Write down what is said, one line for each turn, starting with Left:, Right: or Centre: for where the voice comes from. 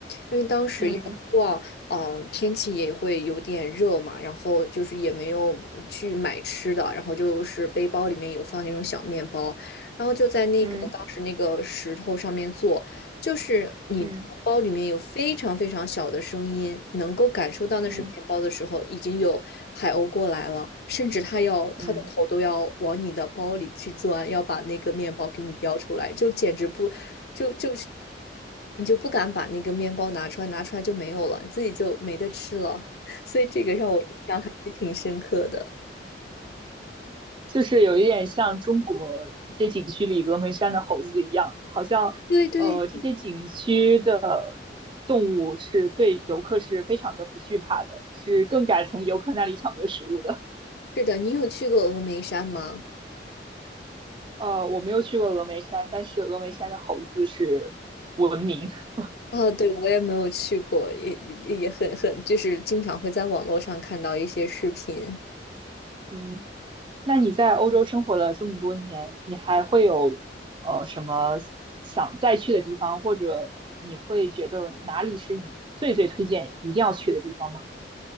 Left: 因为当时要逛，
Right: 嗯
Left: 呃，天气也会有点热嘛，然后就是也没有去买吃的，然后就是背包里面有放那种小面包，然后就在那个当时那个石头上面坐，
Right: 嗯
Left: 就是你的面包里面有非常非常小的声音，
Right: 嗯
Left: 能够感受到那是面包的时候，
Right: 嗯
Left: 已经有海鸥过来了，甚至它要它的头都要往你的包里去钻，
Right: 嗯嗯。
Left: 要把那个面包给你叼出来，就简直不，就就是你就不敢把那个面包拿出来，拿出来就没有了，自己就没得吃了。<laughs> 所以这个让我印象还是挺深刻的。
Right: 就是有一点像中国一些景区里峨眉山的猴子一样，好像呃这些景区的
Left: 对对，
Right: 动物是对游客是非常的不惧怕的，是更敢从游客那里抢夺食物的。
Left: 是的，你有去过峨眉山吗？
Right: 呃，我没有去过峨眉山，但是峨眉山的猴子是闻名。<laughs>
Left: 哦，对，我也没有去过，也也也很很，就是经常会在网络上看到一些视频。
Right: 嗯，那你在欧洲生活了这么多年，你还会有呃什么想再去的地方，或者你会觉得哪里是你最最推荐一定要去的地方吗？